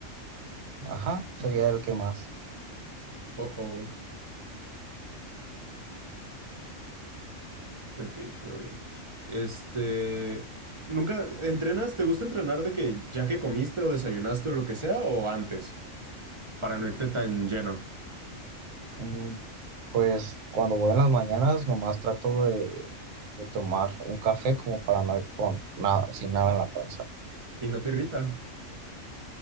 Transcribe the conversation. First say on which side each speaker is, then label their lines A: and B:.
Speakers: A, on the right; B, on the right.
A: ajá, sería el que más.
B: Oh, oh, ok, todo bien. Este, ¿nunca entrenas? ¿Te gusta entrenar de que ya que comiste o desayunaste o lo que sea o antes para no irte tan lleno
A: Mm, Pues cuando voy en las mañanas, nomás trato de, de tomar un café como para no ir con nada, sin nada en la panza.
B: y no te irrita?